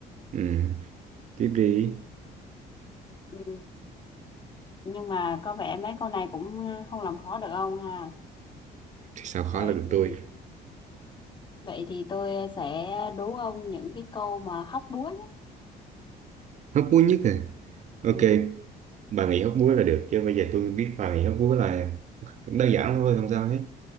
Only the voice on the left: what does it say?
ừ, nhưng mà có vẻ mấy câu này cũng ờ, không làm khó được ông ha
vậy
thì
Vậy thì tôi sẽ đố ông những cái câu mà hóc búa nhé.
Ừ.